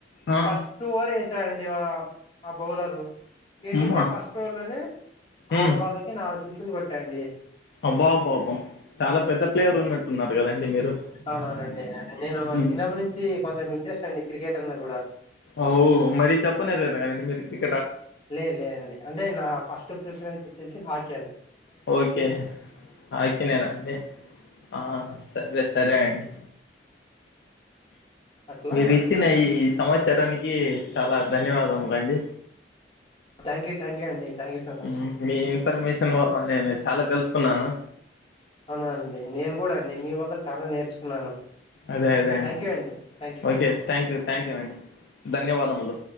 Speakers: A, on the left (about 60°); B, on the left (about 30°).
A: ఆ
B: ఫస్ట్ ఓవర్ వేసాడన్డి ఆ ఆ బౌలరు వేసింటే
A: అమ్మ
B: ఫస్ట్ ఓవ్ర్ లోనే
A: ఉమ్
B: ఆరు బాళ్ళకి నాలుగు సిక్సులు కొట్ట అండి
A: అబ్బా అబ్బా అబ్బా చాలా పెద్ద ప్లేయర్ ఉన్నట్టున్నారు కదన్డి మీరు
B: అవునవునండి నేను
A: ఉమ్.
B: చిన్నప్పటి నుంచి కొంచెం ఇంట్రెస్ట్ అన్డి క్రికెట్ అన్నగూడా
A: అవ్ మరీ చెప్పలేదాండి మీరు కిక్
B: లేద్ లేదండి అంటే నా ఫస్ట్ ప్రిఫరెన్స్ వచ్చేసి హాకి
A: ఓకే హకినేనా అండి ఆ
B: ఆహా
A: సరే సరే అన్డి
B: అట్లా
A: మీరు ఇచ్చిన ఈ సమాచారాణి కి చాలా ధన్యవాదములన్డి
B: థ్యాంక్యూ థ్యాంక్యూ అండి thank you so much
A: um మీ ఇన్ఫర్మేషన్ వల్ల నేను చాలా తెల్సుకున్నాను
B: అవునవునండి నేను గూడా అండి మీ వల్ల చాలా నేర్చుకున్నాను
A: అదే అదే అండి
B: thank you thank you
A: okay thank you thank you అండి ధన్యవాదములు
B: ఆ